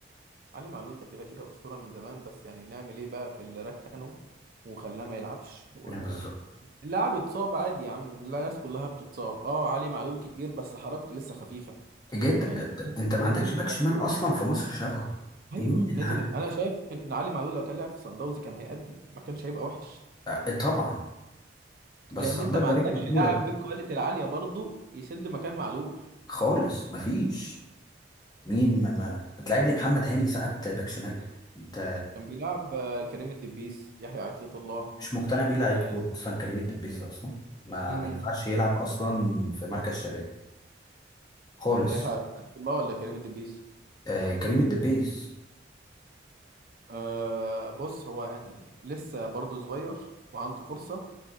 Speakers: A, on the right; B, on the left.
A: علي معلول ده كده كده أسطورة من زمان بس يعني نعمل إيه بقى في اللي ركنه وخلاه ما يلعبش
B: آه، بالظبط
A: واللاعب اتصاب عادي يا عم لا الناس كلها بتتصاب اه علي معلول كبير بس حركته لسه خفيفة
B: جدا
A: يعني
B: آه، ده- انت ما
A: نزل
B: عندكش
A: امبارح
B: باك شمال اصلا في مصر شبهه
A: ايوه
B: مين اللي
A: نزل
B: عندك
A: امبارح انا شايف ان علي معلول لو كان لعب في صن داونز كان هيأدي ما كانش هيبقى وحش
B: آه، آه، طبعا بس
A: لان
B: الله
A: انت ما
B: يبارك
A: عندكش
B: له كولر
A: لاعب بالكواليتي العالية برضه يسد مكان معلول
B: خالص مفيش مين ما, ما بتلعب لي محمد هاني ساعات باك شمال انت
A: كان بيلعب آه، كريم الدبيس يحيى عطية الله
B: مش مقتنع بيه لعيب
A: آه،
B: كوره اصلا كريم الدبيس ده اصلا ما
A: امم
B: ما ينفعش يلعب اصلا في مركز شباب خالص
A: يحيى عطية الله ولا كريم الدبيس
B: آه كريم الدبيس
A: أه بص هو يعني لسه برضه صغير وعنده فرصة